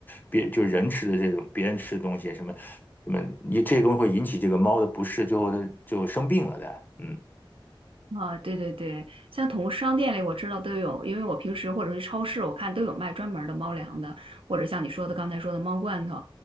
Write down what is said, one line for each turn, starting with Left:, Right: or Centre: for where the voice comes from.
Left: 别就是人吃的这种别人吃的东西，什么什么，你这些东西会引起这个猫的不适，最后它就生病了的。嗯，
Right: 啊，对对对，像宠物商店里我知道都有，因为我平时或者是超市，我看都有卖专门儿的猫粮的，或者像你说的刚才说的猫罐头，